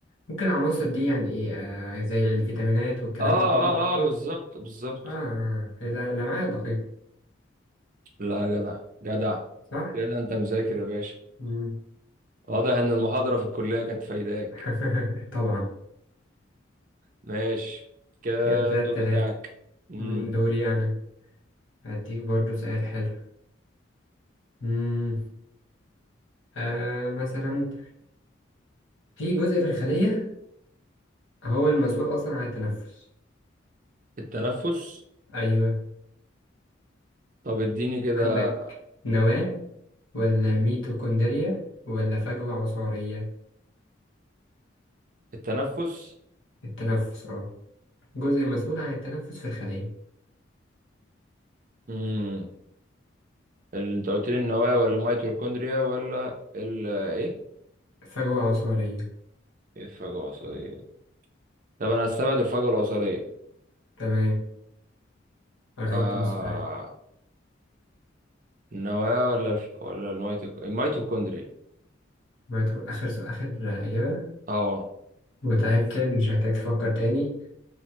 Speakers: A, on the left; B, on the right.
A: ممكن العناصر دي يعني إيه آه زي الفيتامينات والكلام
B: اه اه
A: ده كله أقصد
B: اه بالظبط بالظبط
A: آه هي الأ- الأمعاء الدقيقة
B: لا جدع جدع
A: صح؟
B: كده انت مذاكر يا باشا
A: مم.
B: واضح ان المحاضرة في الكلية كانت فايداك
A: <laughs> طبعا
B: ماشي كده
A: كده تلات
B: الدور بتاعك
A: تلاتة
B: امم
A: مم، دوري أنا هديك برضو سؤال حلو مم. آه مثلا في جزء في الخلية هو المسؤول أصلا عن التنفس
B: التنفس
A: أيوة
B: طب اديني كده
A: عندك نواة ولا ميتوكوندريا ولا فجوة عصارية
B: التنفس
A: التنفس اه جزء مسؤول عن التنفس في الخلية
B: امم اللي انت قلت لي النوايا ولا الميتوكوندريا ولا ال ايه
A: فجوة عصارية
B: إيه الفجوة العصبية طب انا هستبعد الفجوة العصبية
A: تمام قربت
B: آه
A: من السؤال
B: النوايا ولا الف... ولا الميتوك... الميتوكوندريا
A: ما يدخل آخر سؤال آخر إجابة
B: اه
A: متأكد مش محتاج تفكر تاني